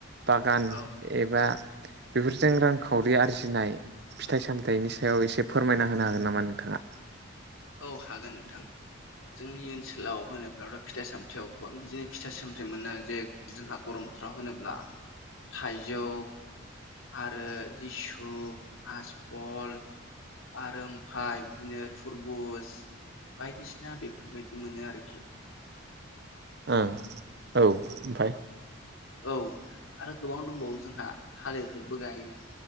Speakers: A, on the right; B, on the left.
A: बागान
B: औ
A: एबा बेफोरजों रांखावरि आरजिनाय फिथाइ सामथाइनि सायाव एसे फोरमायना होनो हागोन नामा नोंथाङा?
B: औ हागोन नोंथां जोंनि ओनसोलाव होनोब्लाथ' फिथाइ सामथाइयाव गोबां बिदिनो फिथाइ सामथाइ मोनो जे जोंहा गरम बोथोराव होनोब्ला थाइजौ आरो लिसु हासपल आरो ओमफाय बिदिनो थुरबुज बायदिसिना बेफोरबायदि मोनो आरोखि।
A: ओ औ ओमफाय
B: औ आरो गोबां दंबावो जोंहा। थालिरफोरबो गायो